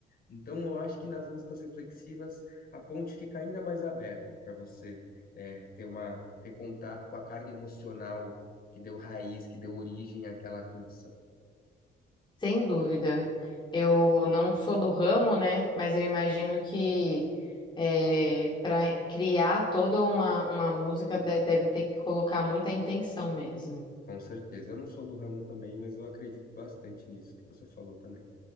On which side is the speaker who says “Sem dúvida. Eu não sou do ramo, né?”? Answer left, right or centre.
Left